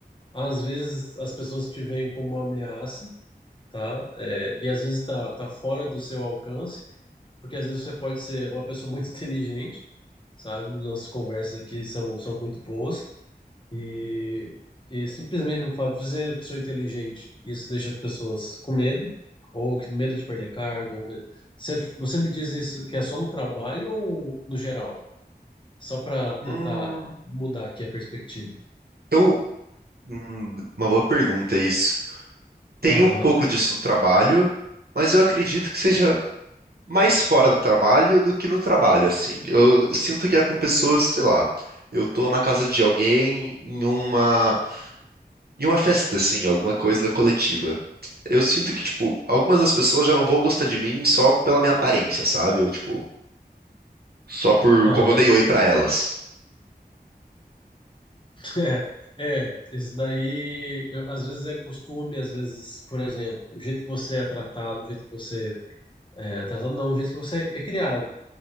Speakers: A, on the left (about 30°); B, on the right (about 70°).
A: às vezes as pessoas te veem como uma ameaça, tá? É, e às vezes tá, tá fora do seu alcance, porque às vezes você pode ser uma pessoa muito <laughs> inteligente, sabe? Nossas conversas aqui são, são muito boas, E, e simplesmente o fato de você ser uma pessoa inteligente, isso deixa as pessoas com medo, ou que medo de perder cargo. Ou medo. Você, você me diz isso que é só no trabalho ou no geral? Só para tentar
B: Hum,
A: mudar aqui a perspectiva.
B: eu. hum, uma boa pergunta isso. Tem
A: Aham,
B: um pouco disso no trabalho, mas eu acredito que seja. mais fora do trabalho do que no trabalho, assim. Eu sinto que é com pessoas, sei lá, eu tô na casa de alguém em uma em uma festa, assim, alguma coisa coletiva. Eu sinto que, tipo, algumas das pessoas já não vão gostar de mim só pela minha aparência, sabe? Ou, tipo, só por
A: aham.
B: como eu dei oi
A: <laughs>
B: pra elas.
A: É, é, isso daí eu- às vezes é costume, às vezes, por exemplo, o jeito que você é tratado, o jeito que você é é tratado, não, o jeito que você é, é criado,